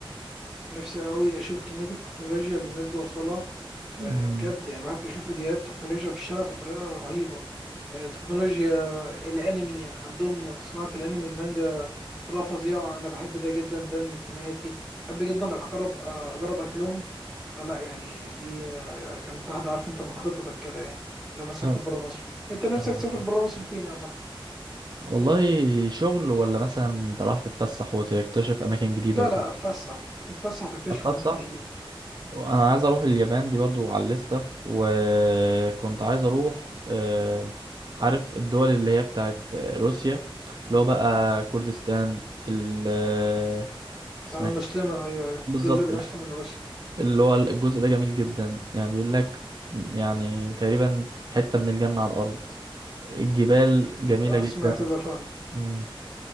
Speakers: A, in the centre; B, on the right (about 45°).
A: نفسي قوي اشوف كميه التكنولوجيا اللي الناس دي واصله لها
B: مم.
A: آه، بجد يعني الواحد بيشوف فيديوهات تكنولوجيا في الشارع بطريقة رهيبة آه، تكنولوجيا الأنمي عندهم صناعة الأنمي والمانجا طريقة فظيعة أنا بحب ده جدا ده انتمائي بحب جدا أقرب آه، أجرب أكلهم فلا يعني دي آه، كانت واحدة عارف أنت من خططك كده يعني إن أنا أسافر
B: فاهم.
A: برا مصر أنت نفسك
B: فاهمك.
A: تسافر برا مصر فين يا عامة؟
B: والله شغل ولا مثلا انت راح تتفسح وتكتشف اماكن جديده
A: لا
B: وكده
A: لا فسح تتفسح تكتشف
B: اتفسح
A: أماكن جديدة
B: انا عايز اروح اليابان دي برضو على الليسته وكنت عايز اروح آه، عارف الدول اللي هي بتاعت روسيا اللي هو بقى كردستان ال آه، اسمها
A: آه، المسلمة
B: إيه؟
A: أيوه أيوه
B: بالظبط
A: الجزء المسلم
B: الح-
A: من روسيا
B: اللي هو الجزء ده جميل جدا يعني بيقول لك يعني تقريبا حته من الجنه على الارض الجبال جميله
A: آه،
B: جدا
A: سمعت ده فعلا
B: مم.